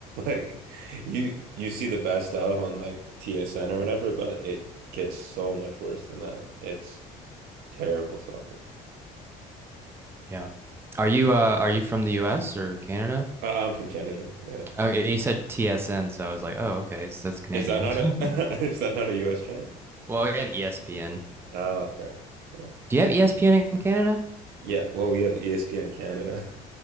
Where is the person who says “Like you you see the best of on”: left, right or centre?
Right